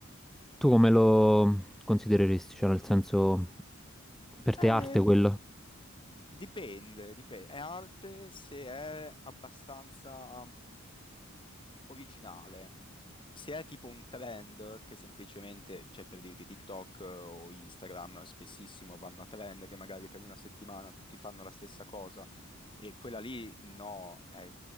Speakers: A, in the centre; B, on the left.
A: tu come lo considereresti? Cioè nel senso per
B: Eh,
A: te arte quello,
B: dipende, dipende. È arte se è abbastanza originale. Se è tipo un trend che semplicemente, cioè per dirti TikTok eh, o Instagram, spessissimo vanno a trend che magari per una settimana tutti fanno la stessa cosa e quella lì no, è,